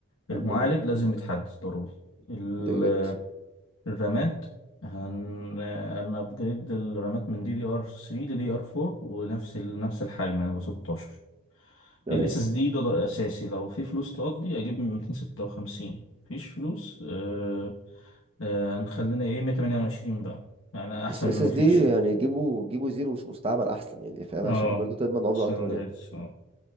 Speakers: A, on the left; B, on the right.
A: المعالج
B: الحمد لله
A: لازم يتحدث ضروري ال-
B: ده جد
A: الرامات هن هن ابجريد الرامات من دي دي ار 3 دي دي ار 4 ونفس ال... نفس الحجم يعني ب 16
B: ايوه
A: الاس اس دي ده, ده اساسي لو في فلوس تقضي اجيب من 256 مفيش فلوس آه... آه... هنخلينا ايه 128 بقى يعني احسن
B: بس اس
A: من
B: اس
A: مفيش
B: دي يعني جيبوا جيبوا زيرو مش مستعمل احسن يعني فاهم
A: اه
B: عشان برضو تضمن عمر
A: عشان
B: اطول
A: الهيلث
B: يعني
A: اه